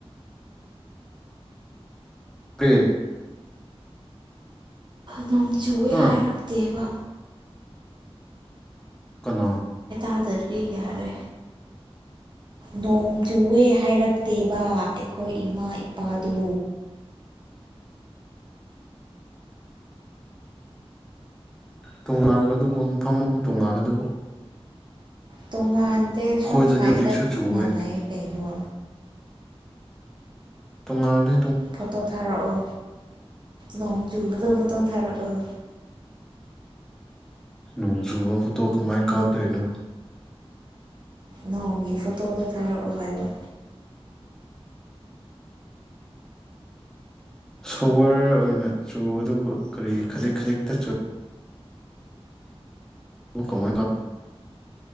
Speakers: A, in the centre; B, on the right.
A: ꯄꯦ
B: ꯅꯣꯡ ꯆꯨꯦ
A: ꯍꯥ
B: ꯍꯥꯏꯔꯛꯇꯦꯕ
A: ꯀ <inaudible>
B: ꯍꯥꯗꯔꯕꯤꯒꯔꯦ
A: <unintelligible>
B: ꯅꯣꯡ ꯆꯨꯑꯦ ꯍꯥꯏꯔꯛꯇꯦꯕ ꯑꯩꯈꯣꯏ ꯏꯃꯥ ꯏꯄꯥꯗꯨ
A: ꯇꯣꯉꯥꯟꯕꯗꯨꯕꯨ ꯃꯐꯝ ꯃ ꯇꯣꯉꯥꯥꯟꯕꯂ ꯑꯗꯨꯕꯨ
B: ꯇꯣꯉꯥꯟꯗꯦ
A: ꯑꯩꯈꯣꯏꯗꯗꯤ
B: ꯁꯣꯝ ꯁ꯭ꯥꯏꯗ
A: ꯍꯧꯖꯤꯛꯁꯨ ꯆꯨꯋꯦ
B: ꯃꯥꯟꯅꯩ ꯀꯩꯅꯣ
A: ꯇꯨꯡꯉꯗꯤ
B: ꯐꯣꯇꯣ ꯊꯥꯔꯛꯑꯣ ꯅꯣꯡ ꯆꯨꯕꯗ ꯐꯣꯇꯣ ꯊꯥꯔꯛꯑꯣ
A: ꯅꯣꯡꯁꯨ ꯋꯥꯕꯨ ꯇꯣ ꯀꯃꯥꯏ ꯀꯥꯞꯄ꯭ꯔꯅꯦ
B: ꯅꯣꯡꯒꯤ ꯐꯣꯇꯣꯗ ꯊꯥꯔꯛꯑꯣ ꯍꯥꯏꯕ
A: ꯁꯣꯋꯔ ꯑꯣꯏꯅ ꯆꯨꯕꯗꯨꯕꯨ ꯀꯔꯤ ꯈꯖꯤꯛ ꯈꯖꯤꯛꯇ ꯆ ꯀꯃꯥꯏ